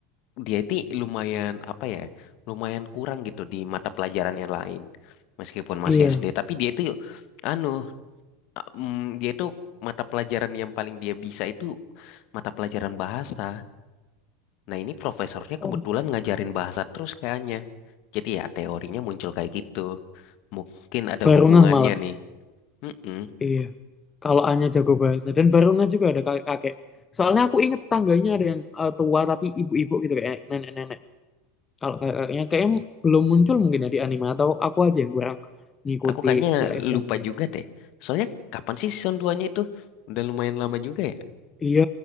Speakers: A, on the left (about 55°); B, on the left (about 20°).
A: dia ini lumayan apa ya lumayan kurang gitu di mata pelajaran yang lain meskipun
B: Iya.
A: masih SD tapi dia itu anu mm, dia itu mata pelajaran yang paling dia bisa itu mata pelajaran bahasa. Nah, ini profesornya
B: Oh,
A: kebetulan ngajarin bahasa terus kayaknya. Jadi ya teorinya muncul kayak gitu. Mungkin ada
B: Barungah
A: hubungannya
B: malah.
A: nih. Mm-mm.
B: Iya. Kalau Anya jago bahasa dan Barungah juga ada kakek-kakek. Soalnya aku ingat tetangganya ada yang eh, tua tapi ibu-ibu gitu kayak nenek-nenek. Kalau kakek-kakeknya kayaknya belum muncul mungkin ya di anime atau aku aja yang kurang ngikuti
A: Aku kayaknya
B: Spy X Family.
A: lupa juga deh. Soalnya kapan sih season 2-nya itu? Udah lumayan lama juga ya.
B: Iya,